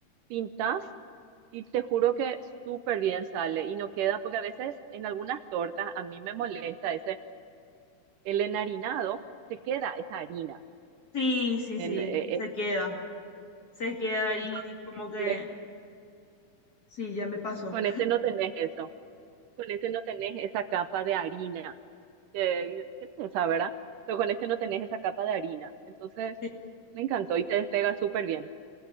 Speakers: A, on the right; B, on the left.
A: pintas Y te juro que súper bien sale y no queda, porque a veces en algunas tortas a mí me molesta ese, el enharinado, se queda esa harina.
B: Sí, sí,
A: En,
B: sí,
A: eh,
B: se
A: eh,
B: queda, se queda ahí
A: entonces,
B: y como que
A: con este,
B: sí, ya me pasó.
A: con este no tenés eso, con este no tenés esa capa de harina, que, que pesa, ¿verdad? Pero con este no tenés esa capa de harina. Entonces,
B: Sí,
A: me encantó y te despega súper bien.